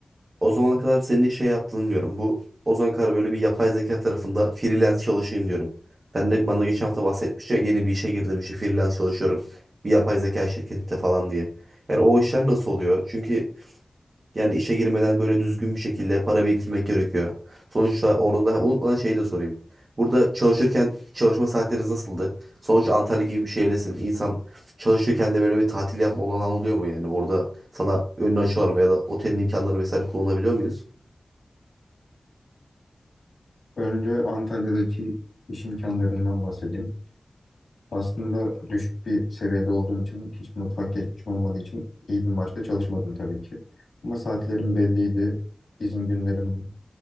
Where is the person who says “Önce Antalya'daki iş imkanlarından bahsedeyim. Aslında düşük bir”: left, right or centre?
Left